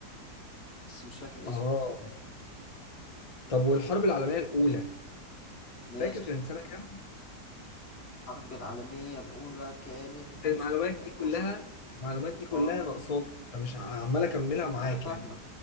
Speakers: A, on the left (about 75°); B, on the left (about 25°).
A: بس مش فاكر
B: اه
A: اسمه
B: طب والحرب العالمية الاولى
A: ماشي
B: فاكر كانت سنة كام
A: الحرب العالمية الأولى كانت 1914
B: المعلومات دي كلها المعلومات دي كلها
A: اه
B: ناقصاني فمش ع- عمال اكملها معاك
A: انا فاهمك
B: يعني